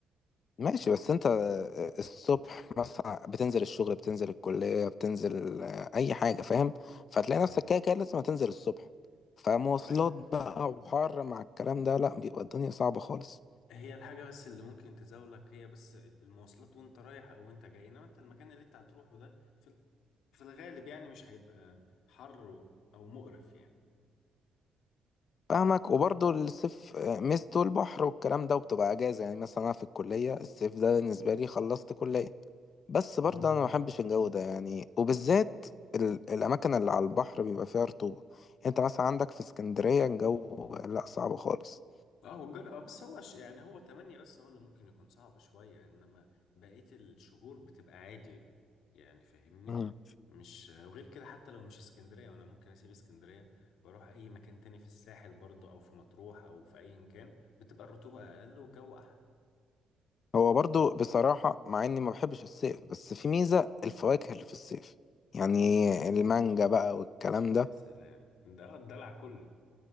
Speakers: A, on the left (about 55°); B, on the left (about 80°).
A: ماشي بس انت الصبح مثلا بتنزل الشغل بتنزل الكلية بتنزل اي حاجة فاهم فتلاقي
B: امم
A: نفسك كده كده لازم هتنزل الصبح فمواصلات
B: هاي
A: بقى وحر مع الكلام ده لا بيبقى الدنيا صعبة خالص
B: هي الحاجه بس اللي ممكن تزاولك هي بس المواصلات وانت رايح او وانت جاي انما انت المكان اللي انت هتروحه ده في ال- في الغالب يعني مش هيبقى حر او مقرف يعني
A: فاهمك وبرضه الصيف ميزته البحر والكلام ده وبتبقى اجازة يعني مثلا انا في الكلية الصيف ده بالنسبة لي خلصت كلية بس برضه
B: مم.
A: انا ما بحبش الجو ده يعني وبالذات ال- الاماكن اللي على البحر بيبقى فيها رطوبة يعني انت مثلا عندك في اسكندرية الجو لا صعب خالص
B: اه هو الجر اه بس هو ش... يعني هو تمانية بس هو اللي ممكن يكون صعب شوية انما بقية الشهور بتبقى عادي يعني فاهمني
A: مم.
B: مش وغير كده حتى لو مش اسكندرية وانا ممكن اسيب اسكندرية واروح اي مكان تاني في الساحل برضو او في مطروح او في اي مكان بتبقى الرطوبة اقل والجو احلى
A: هو برضو بصراحة مع اني ما بحبش الصيف بس في ميزة الفواكه اللي في الصيف يعني
B: اه
A: المانجا بقى والكلام ده
B: يا سلام ده الدلع كله